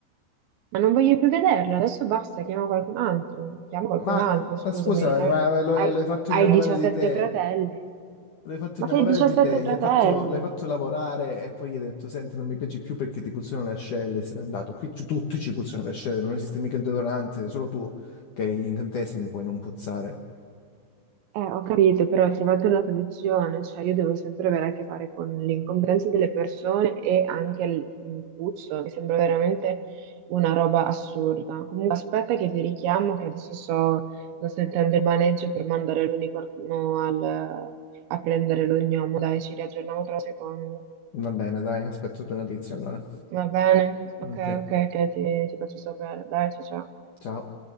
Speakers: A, on the right (about 75°); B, on the left (about 70°).
A: Ma non voglio più vederla, adesso basta, chiama qualcun altro. Chiama qualcun
B: Ma,
A: altro, scusami.
B: ma scusa,
A: Eh,
B: ma lo,
A: Hai,
B: hai fatto
A: hai
B: innamorare
A: 17
B: di te,
A: fratelli.
B: lo hai fatto
A: Ma
B: innamorare
A: sei 17
B: di te,
A: fratelli.
B: gli hai fatto, l'hai fatto lavorare e poi gli hai detto, senti, non mi piaci più perché ti puzzano le ascelle, se n'è andato. Qui ci- tutti ci puzzano le ascelle, non esiste mica il deodorante, solo tu che hai gli incantesimi puoi non puzzare.
A: Eh, ho capito, però trovate una soluzione, cioè io devo sempre avere a che fare con l'incomprensione delle persone e anche il, il puzzo, mi sembra veramente una roba assurda. Comunque aspetta che ti richiamo, che adesso so, sto sentendo il maneggio per mandare l'unicorno al- a prendere l'ognomo, dai, ci riaggiorniamo tra un secondo.
B: Va bene, dai, aspetto tue notizie allora.
A: Va bene?
B: Ok,
A: Ok, ok, ok, ti, ti faccio sapere. Dai, ciao ciao.
B: ciao.